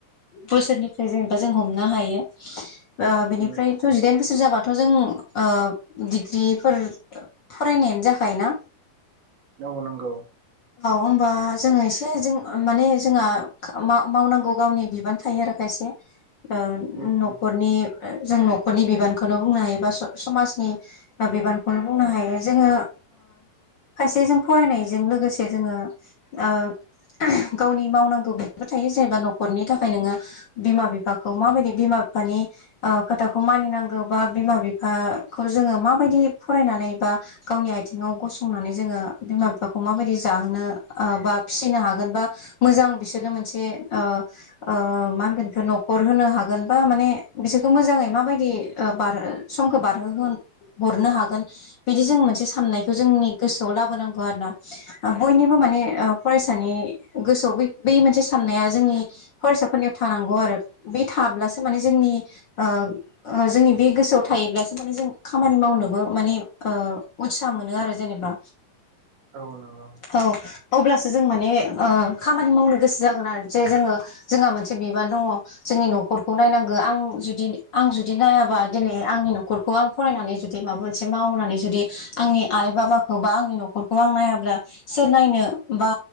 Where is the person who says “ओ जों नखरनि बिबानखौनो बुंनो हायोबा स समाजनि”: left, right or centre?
Left